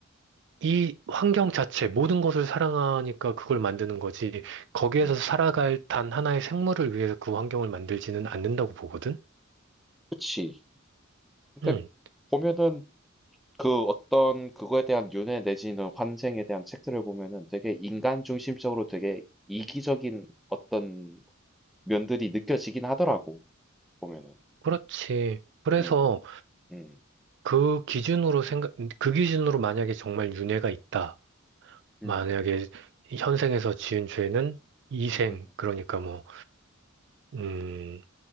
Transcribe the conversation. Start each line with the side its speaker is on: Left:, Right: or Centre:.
Right: 이 환경 자체 모든 것을 사랑하니까 그걸 만드는 거지. 거기에서
Centre: 음,
Right: 살아갈 단 하나의 생물을 위해서 그 환경을 만들지는 않는다고 보거든.
Centre: 그치. 근데
Right: 음.
Centre: 보면은 그 어떤 그거에 대한 윤회 내지는 환생에 대한 책들을 보면은 되게 인간 중심적으로 되게 이기적인 어떤 면들이 느껴지긴 하더라고, 보면은.
Right: 그렇지. 그래서
Centre: 음, 음,
Right: 그 기준으로 생각, 그 기준으로 만약에 정말 윤회가 있다. 만약에
Centre: 음,
Right: 현생에서 지은 죄는 이생,
Centre: 음,
Right: 그러니까 뭐, 음,